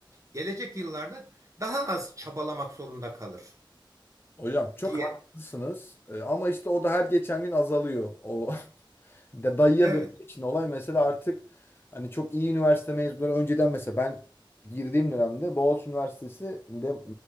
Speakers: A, on the right (about 40°); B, on the left (about 25°).
A: gelecek yıllarda daha az çabalamak zorunda kalır
B: Hocam çok
A: diye.
B: haklısınız E, ama işte o da her geçen gün azalıyor. O <laughs> de dayıya
A: Evet.
B: döndüğü için olay mesela artık hani çok iyi üniversite mezunları önceden mesela ben girdiğim dönemde Boğaziçi Üniversitesi'nde